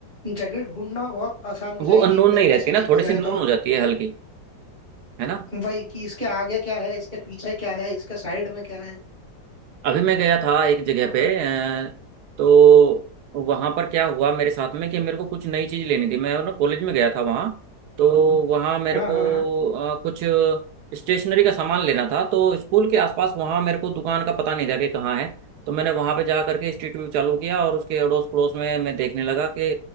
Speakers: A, on the left; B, on the right.
A: जगह ढूंढना बहुत आसान हो
B: वो
A: जाएगी
B: अननोन
A: एक तरीके
B: नहीं रहती
A: से
B: ना
A: देखा
B: थोड़ी
A: जाए
B: सी नोन
A: तो
B: हो जाती है हल्की है ना
A: वही कि इसके आगे क्या है इसके पीछे क्या है इसके साइड में क्या है
B: अभी मैं गया था एक जगह
A: मतलब
B: पे अ, तो वहां पर क्या हुआ मेरे साथ में कि मेरे को कुछ नई चीज लेनी थी मैं ना कॉलेज में गया था वहां तो वहां मेरे
A: हाँ
B: को
A: हाँ हाँ
B: अ, कुछ स्टेशनरी का सामान लेना था तो स्कूल के आसपास वहां मेरे को दुकान का पता नहीं था कि कहाँ है तो मैंने वहां पे जा करके स्ट्रीट व्यू चालू किया और उसके अड़ोस पड़ोस में मैं देखने लगा कि